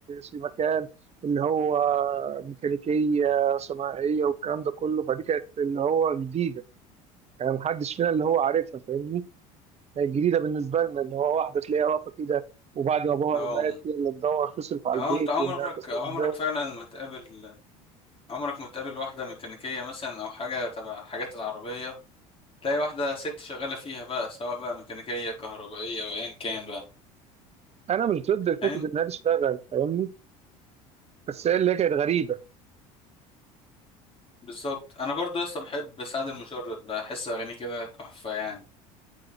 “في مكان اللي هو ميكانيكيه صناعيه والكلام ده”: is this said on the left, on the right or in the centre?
Right